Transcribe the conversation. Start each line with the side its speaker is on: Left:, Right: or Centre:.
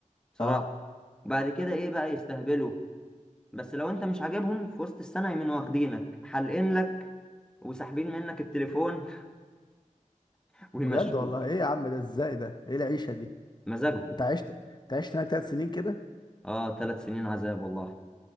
Centre: بصراحة
Left: اه
Centre: بعد كده ايه بقى يستهبلوا بس لو انت مش عاجبهم في وسط السنة يمين واخدينك حالقين لك وساحبين منك التليفون <laughs> ويمشوك
Left: بجد والله ايه يا عم ده ازاي ده ايه العيشه دي
Centre: مزاجهم
Left: انت عشت انت عشت هناك ثلاث سنين كده
Centre: اه ثلاث سنين عذاب والله